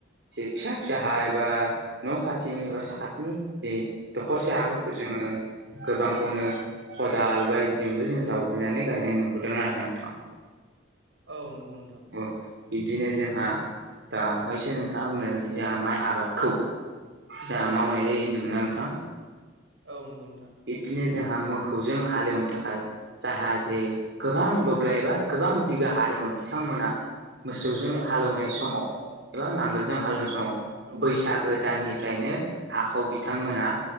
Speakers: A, on the right; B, on the right.
A: जे फिसा फिसा हा एबा न' खाथिनि एबा साखाथिनि जे दखरसे
B: औ औ
A: हाफोर खौ जोङो गोबांखौनो खदाल बायदिजोंबो जों जावग्लिनानै गायनाय नुबोदों आरो ना नोंथां।
B: औ नंगौ नोंथां।
A: औ बिब्दिनो जोंहा दा हैसो नोंथाङा बुंनाय बायदि जोंहा माइ आबादखौ जाहा
B: औ
A: मावनाय
B: औ
A: जायो होनदोंमोन ना नोंथां?
B: औ नंगौ नोंथां।
A: बिदिनो जोंहा मोखौजों हालेवनो थाखाय जायहा जे गोबां दब्लाय एबा गोबां बिगा हा दङ' बिथांमोना मोसौजों
B: औ
A: हालेवनाय
B: औ
A: समाव एबा नांगोलजों हालेवनाय समाव
B: औ
A: बैसागो दाननिफ्रायनो हाखौ बिथांमोना